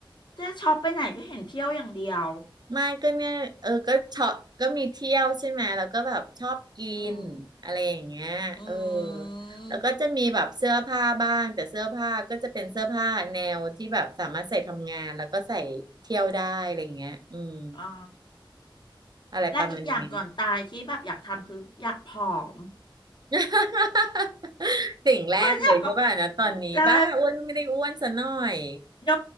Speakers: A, on the left; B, on the right.
A: เจ๊ชอบไปไหนก็เห็นเที่ยวอย่างเดียว
B: ไม่ก็เนี่ยเออก็ชอบก็มีเที่ยวใช่ไหมแล้วก็แบบชอบกินอะไรอย่างเงี้ยเออ
A: อืมอืม
B: แล้วก็จะมีแบบเสื้อผ้าบ้างแต่เสื้อผ้าก็จะเป็นเสื้อผ้าแนวที่แบบสามารถใส่ทำงานแล้วก็ใส่เที่ยวได้อะไรอย่างเงี้ยอืม
A: อ๋อ
B: อะไรประมาณเนี้ย
A: และอีกอย่างก่อนตายที่แบบอยากทำคืออยากผอม
B: <laughs> สิ่งแรกเลยใช่ป่ะนะตอนนี้บ้าอ้วนก็ไม่ได้อ้วนซะหน่อย
A: เอออยากกับได้ โน